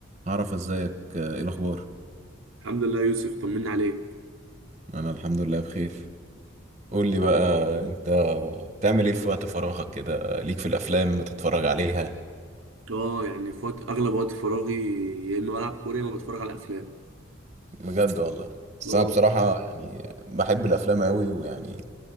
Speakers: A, on the right (about 35°); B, on the right (about 70°).
A: عرف ازيك آه، ايه الاخبار
B: الحمد لله يوسف طمنا عليك
A: انا الحمد لله بخير قول لي بقى انت بتعمل ايه في وقت فراغك كده ليك في الافلام بتتفرج عليها
B: اه يعني في وقت اغلب وقت فراغي يا اما بلعب كوره يا اما بتفرج على افلام
A: بجد والله بس
B: اه
A: انا بصراحة يعني بحب الافلام قوي ويعني